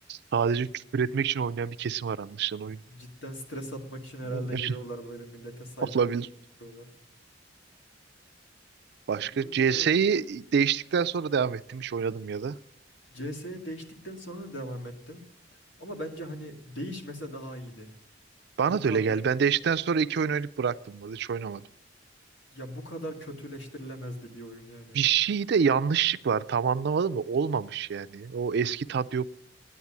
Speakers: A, on the right (about 60°); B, on the left (about 80°).
A: sadece küfür etmek için oynayan bir kesim var anlaşılan oyun.
B: Cidden stres atmak için herhalde
A: <laughs>
B: giriyorlar böyle millete saydırıp
A: Olabilir.
B: giriyorlar.
A: Başka
B: LoL
A: CS'yi
B: bir de
A: değiştikten sonra devam ettim. Hiç oynadım ya da.
B: CS'ye değiştikten sonra da devam ettim. Ama bence hani değişmese daha iyiydi.
A: Bana
B: Bu kadar
A: da öyle geldi. Ben değiştikten sonra iki oyun oynayıp bıraktım bu arada. Hiç oynamadım.
B: ya bu kadar kötüleştirilemezdi bir oyun yani.
A: bir şeyde yanlışlık var. Tam anlamadım da olmamış yani. O eski tat yok.